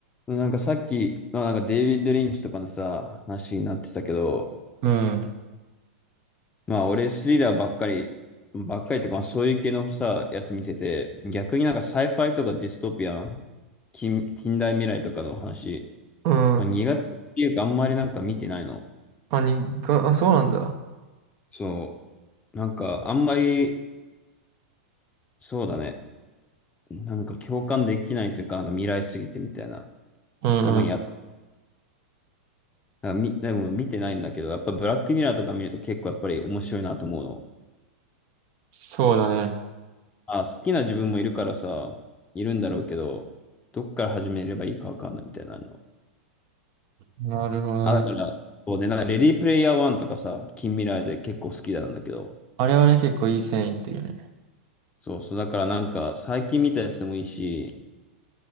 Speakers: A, on the left; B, on the right.
A: なんかさっき、まあ、なんかデイビッド・リンチとかのさ、話になってたけど、
B: うん。
A: まあ俺スリラーばっかり、ばっかりとか、まあ、そういう系のさ、やつ見てて、逆になんかサイファイとかディストピアン、近、近代未来とかの話、
B: うん。
A: まあ、苦手っていうかあんまりなんか見てないの。
B: あ、にが、あ、そうなんだ。
A: そう。なんかあんまり、そうだね。なんか共感できないというか、なんか未来すぎてみたいな。
B: うんうん。
A: たまにやっ、なんかみ、でも見てないんだけど、やっぱブラックミラーとか見ると結構やっぱり面白いなと思うの。
B: そうだね。
A: あ、好きな自分もいるからさ、いるんだろうけど、どっから始めればいいかわかんないみたいなの。
B: なるほどね。
A: あ、だから、そうね、なんかレディープレイヤー1とかさ、近未来で結構好きなんだけど、
B: あれはね、結構いい線いってるよね。
A: そうそう、だからなんか最近見たやつでもいいし、